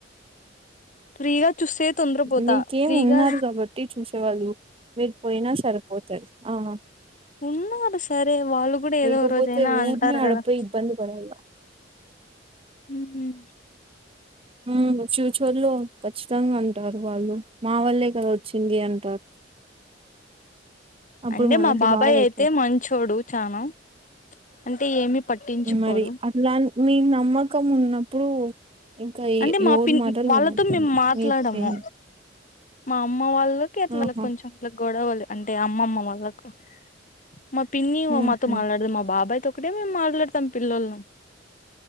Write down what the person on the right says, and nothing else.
మీకేం
ఉన్నారు కాబట్టి చూసేవాళ్ళు మీది పోయినా సరిపోతది ఆహా
లేకపోతే
ఊరునే అడపోయి
ఇబ్బంది పడాల
ఆ ఫ్యూచర్ లో కచ్చితంగా అంటారు వాళ్ళు మా వాళ్లే కదా వచ్చింది అంటారు అప్పుడు
మనకి
బాధైతది.
మరి అట్లా మీ నమ్మకం ఉన్నప్పుడు ఇంకా ఎ
ఎవరి
మాటలు
వినొద్దండి.
మీరు చేయండి.
ఆహా!
హుహు.